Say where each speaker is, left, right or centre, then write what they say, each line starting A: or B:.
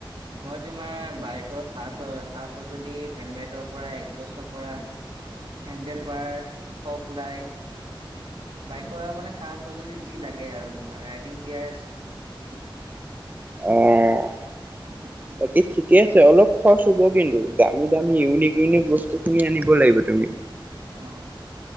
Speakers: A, on the right (about 80°); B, on the right (about 20°).
A: মই তোমাৰ বাইকৰ সা সা সজুলি হেলমেটৰ পৰা একজষ্টৰ পৰা হেণ্ডেল বাৰ ফগলাইট বাইকৰ মানে সা সজুলি যি লাগে আৰু তোমাৰ ৰাইডিং গীয়াৰ্ছ <inaudible>
B: অ
A: <inaudible>
B: বাকী ঠিকে আছে অলপ খৰচ হ'ব কিন্তু দামী দামী ইউনিক ইউনিক বস্তু খিনি আনিব লাগিব তুমি
A: অ